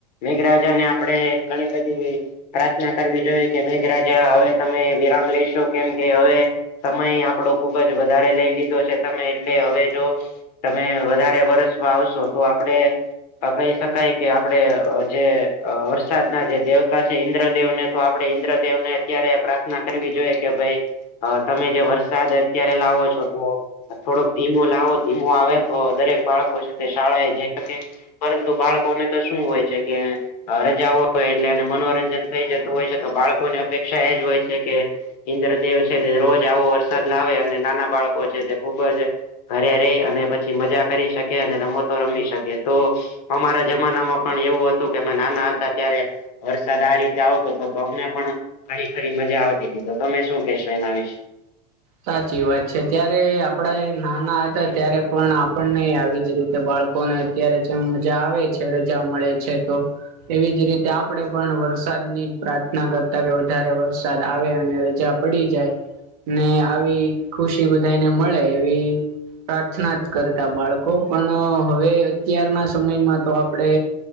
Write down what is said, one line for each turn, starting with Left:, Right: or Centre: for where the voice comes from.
Left: મેઘરાજાને આપણેે ઘણી બધી પ્રાર્થના કરવી જોઈએ કે મેઘરાજા હવે તમે વિરામ લઈશો કેમ કે હવે સમય આપડો ખુબ જ વધારે લઈ લીધો છે તમે એટલે હવે જો તમે વધારે વર્ષમાં આવશો તો આપડે કહી શકાય કે આપડે જે વરસાદના જે દેવતા છે ઈન્દ્રદેવને તો આપડે ઈન્દ્રદેવને અત્યારે પ્રાર્થના કરવી જોઈએ કે ભાઈ અ તમે જે વરસાદ અત્યારે લાવો છો તો થોડોક ધીમો લાવો ધીમો આવે તો દરેક બાળકો છે તે શાળા એ જઈ શકે પરંતુ બાળકોને તો શું હોય છે કે રજા હોય એટલે અને મનોરંજન થઈ જતું હોય છે તો બાળકોની અપેક્ષા એજ હોય છે કે ઇન્દ્રદેવ છે તે રોજ આવો વરસાદ લાવે અને નાના બાળકો છે તે ખૂબ જ ઘરે રહી અને પછી મજા કરી શકે અને રમતો રમી શકે તો અમારા જમાનામાં પણ એવું હતું કે અમે નાના હતા ત્યારે વરસાદ આ રીતે આવતો હતો તો અમને પણ ખરી ખરી મજા આવતી હતી તો તમે શું કેહેશો એના વિશે
Right: સાચી વાત છે ત્યારે આપડા નાના હતા ત્યારે પણ આપણને આવી જ રીતે બાળકોને અત્યારે જેમ મજા આવે છે રજા મળે છે તો એવી જ રીતે આપડે પણ વરસાદ ની પ્રાર્થના કરતા કે વધારે વરસાદ આવે અને રજા પડી જાય ને આવી ખુશી બધાને મળે એવી પ્રાર્થના જ કરતા બાળકો પણ હવે અત્યારના સમયમાં તો આપણે